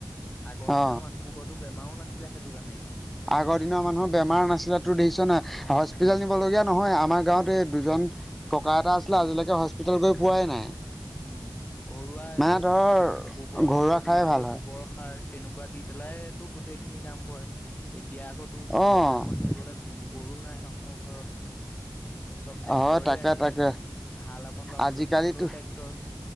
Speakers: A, on the left (about 25°); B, in the centre.
A: আগৰ
B: অ
A: দিনৰ মানুহবোৰ কতো বেমাৰো নাছিলে সেইটো কাৰণে ইমান।
B: আগৰ দিনৰ মানুহৰ বেমাৰ নাছিলে তোৰ দেখিছ নাই হস্পিতেল
A: উম।
B: নিবলগীয়া নহয় আমাৰ গাঁৱতে এই দুজন ককা এটা আছিলে আজিলৈকে হস্পিতেল গৈ পোৱাই নাই।
A: উম ঘৰুৱা এইবোৰ
B: মানে ধৰ
A: গোবৰ
B: ঘৰুৱা
A: চোবৰ
B: খাই
A: দি মেলি
B: ভাল হয়।
A: গোবৰ সাৰ তেনেকুৱা দি পেলাইয়েটো গোটেই খিনি কাম কৰে এতিয়া আকৌ তোৰ
B: অ'
A: গোবৰ সাৰকণ দিবলে গো গৰু নাই মানুহৰ ঘৰত। চব ট্ৰেক্টৰেই
B: হয় তাকে
A: আহিলে
B: তাকে
A: হাল অকন বাবলগীয়া
B: আজিকালিতো
A: হ'লেও টেক